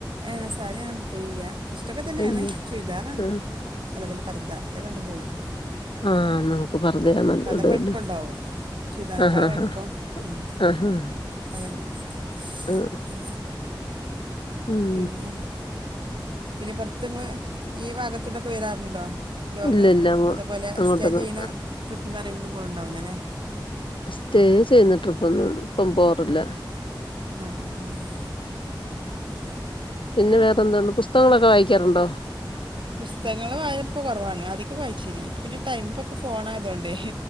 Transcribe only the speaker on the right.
ഏന സാരി ഞങഎടുക്കല്ല ഇഷ്ടൊക്കെ തന്നെയാണ്
ചുരിദാറാണ്
അതേപലെ പർദ അ രണ്ടും പോകവും
അ അത
എളുപ്പുണ്ടാവും ചുരിദാനക്കാള
എളപ്പം ഉ
പണ്ട് ദസ
ഉ
പിന്നെ പിന്നെ പുൊറത്തങ്ങള് ഈ ഭാഗത്തടെക്കെ വരാറുണ്ടോ ലോങ്ങ്
അതുപോലെ
സ്റ്റേ ചെയ്യുന്ന ട്രിപ്പും കാര്യങ്ങളൊന്നും പോല ഉണ്ടാവില്ല അല്ലേ
ആ ആ ആ ശരി
പുസ്തകങ്ങൾ വായിനപ്പോ കുറവാണ് അദ്യൊക്കെ വായിച്ചിന് പിന്നെ ടൈമപ്പൊക്കെ പോണയതൊണ്ട്